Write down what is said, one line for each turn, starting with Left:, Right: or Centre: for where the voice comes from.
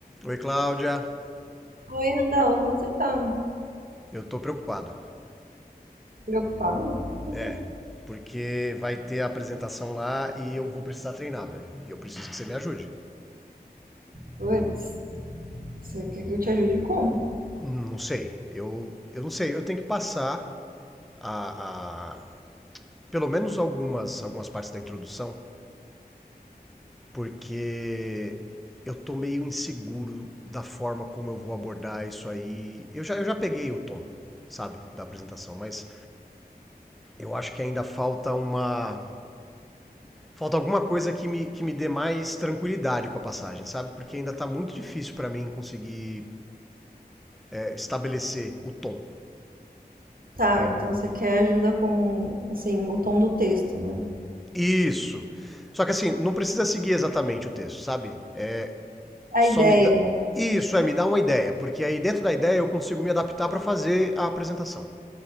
Centre: Oi, Cláudia.
Right: Oi, Randall, como você tá?
Centre: Eu tô preocupado.
Right: Preocupado? Por
Centre: É,
Right: quê?
Centre: porque vai ter a apresentação lá e eu vou precisar treinar, velho. E eu preciso que você me ajude.
Right: Putz, você quer que eu te ajude como?
Centre: Hum, Não sei. Eu, eu não sei. Eu tenho que passar a, a- pelo menos algumas algumas partes da introdução, porque eu tô meio inseguro da forma como eu vou abordar isso aí. Eu já, eu já peguei o tom, sabe, da apresentação, mas eu acho que ainda falta uma falta alguma coisa que me, que me dê mais tranquilidade com a passagem, sabe? Porque ainda tá muito difícil para mim conseguir é, estabelecer o tom.
Right: Tá, então você quer ajuda com, assim, o tom do texto, né?
Centre: Isso. Só que assim, não precisa seguir exatamente o texto, sabe? É,
Right: A
Centre: só
Right: ideia,
Centre: me dá.
Right: né?
Centre: Isso, é, me dá uma ideia, porque aí dentro da ideia eu consigo me adaptar para fazer a apresentação,